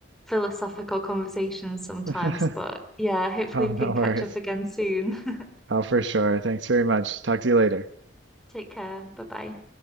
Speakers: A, in the centre; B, on the right (about 80°).
A: philosophical conversations sometimes,
B: <laughs>
A: but yeah, hopefully
B: <laughs> Oh,
A: we can
B: no worries.
A: catch up again soon. <laughs>
B: Oh, for sure. Thanks very much. Talk to you later.
A: Take care. Bye bye.